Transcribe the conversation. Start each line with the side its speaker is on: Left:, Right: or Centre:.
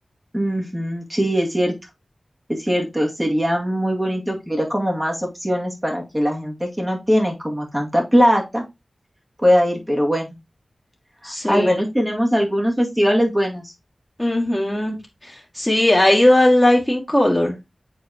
Right: Ujú, Sí, es cierto, es cierto. Sería muy bonito que hubiera como más opciones para que la gente que no tiene como tanta plata pueda ir, pero bueno.
Centre: Sí.
Right: Al menos tenemos algunos festivales buenos.
Centre: Ujú. Sí, ha ido al Life in Color.